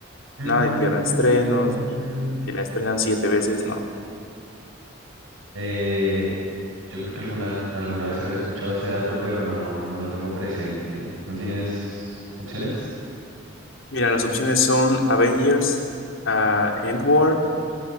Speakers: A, on the right; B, on the left.
A: Mm,
B: Nada de que reestrenos, ni que la estrenan siete veces, no.
A: eh, yo creo que alguna, alguna vez habré escuchado ese dato, pero no, no lo tengo presente. ¿No tienes opciones?
B: Mira, las opciones son Avengers, ah, End War,